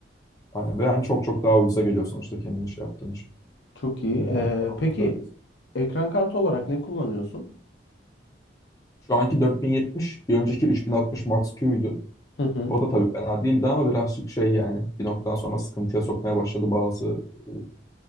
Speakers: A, on the left (about 20°); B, on the left (about 70°).
A: Aynen. Ve yani çok çok daha ucuza geliyor sonuçta kendini şey yaptığın için.
B: Çok iyi.
A: Ee, onlara
B: Ee, peki
A: bak öyle.
B: ekran kartı olarak ne kullanıyorsun?
A: Şu anki 4070, bir önceki 3060 Max-Q'ydu.
B: Hı hı.
A: O da tabii fena değildi ama birazcık şey yani
B: Şey,
A: bir noktadan sonra sıkıntıya sokmaya başladı bazı e,